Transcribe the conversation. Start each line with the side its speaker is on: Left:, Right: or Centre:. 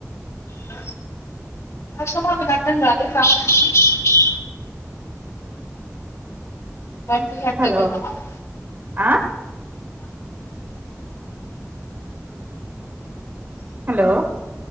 Left: అ మసమా అ కంటంగాదే రా <unintelligible> బండి అడ్డం
Right: హలో
Left: కదా <inaudible>
Right: ఆ హలో